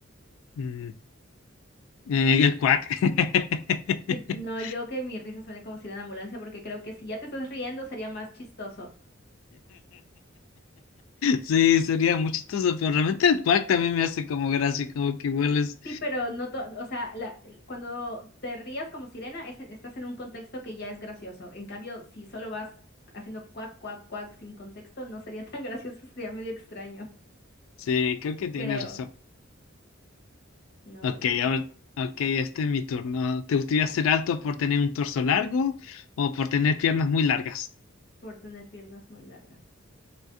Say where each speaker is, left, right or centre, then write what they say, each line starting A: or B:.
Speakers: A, on the left (about 75°); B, on the left (about 50°).
A: mm, eh, el cuac. <laughs>
B: Que no, yo que mi risa suene como sirena de ambulancia porque creo que si ya te estás riendo sería más chistoso.
A: Sí, sería muy chistoso, pero realmente el cuac también me hace como gracia, como que vuelves.
B: Sí, pero no, to- o sea, la- el- cuando te rías como sirena es en- estás en un contexto que ya es gracioso. En cambio, si solo vas haciendo cuac, cuac, cuac sin contexto, no sería tan <laughs> gracioso, sería medio extraño,
A: Sí, creo que tienes
B: creo.
A: razón.
B: No
A: Ok,
B: lo sé,
A: ahora, ok, este es mi turno. ¿Te gustaría ser alto por tener un torso largo o por tener piernas muy largas?
B: por tener piernas muy largas.